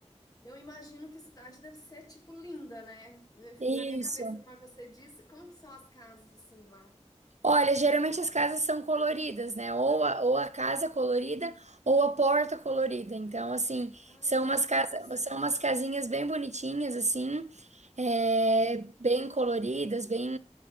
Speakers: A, on the left (about 30°); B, on the right (about 75°).
A: Eu imagino que a cidade deve ser, tipo, linda, né? Eu fiz
B: Isso.
A: na minha cabeça, na hora que você disse, como que são as casas, assim, lá?
B: Olha, geralmente as casas são coloridas, né? Ou a, ou a casa colorida
A: Hum.
B: ou a porta colorida. Então, assim,
A: Ai,
B: são
A: que
B: umas casas,
A: graça.
B: são umas casinhas bem bonitinhas, assim, é,
A: Uhum.
B: bem coloridas, bem